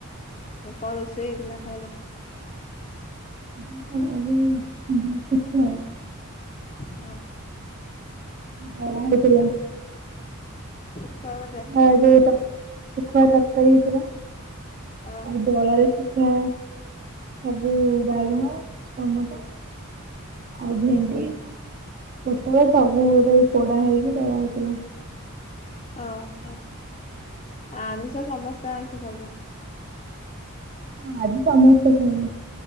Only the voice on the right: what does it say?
<unintelligible>
ଦଳା ହେଇଥିଲା।
ଆଉ ଯୋଉ ଶୁଖୁଆ ତରକାରୀ ହେଇଥିଲା,
ଆଉ ଦଳା ରେ କୁଆ ସବୁ ବାଇଗଣ, ଟମାଟ ଆଉ ଭେଣ୍ଡି, ପୋଟଳ ସବୁ ଯୋଉ ପୋଡା ହେଇକି ଦଳା ହେଇଥିଲା।
ହଁ ଆଜି ସମସ୍ତେ ଖଇବେ।